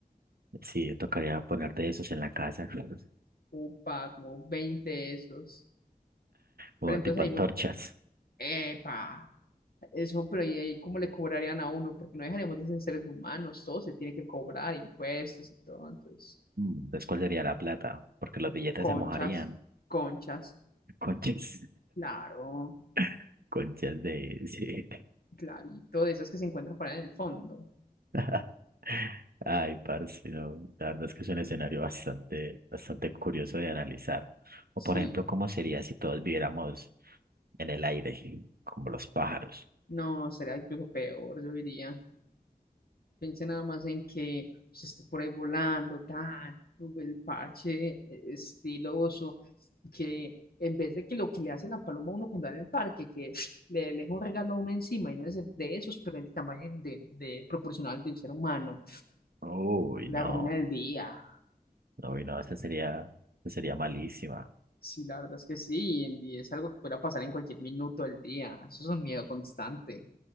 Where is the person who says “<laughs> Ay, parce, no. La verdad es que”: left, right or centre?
Right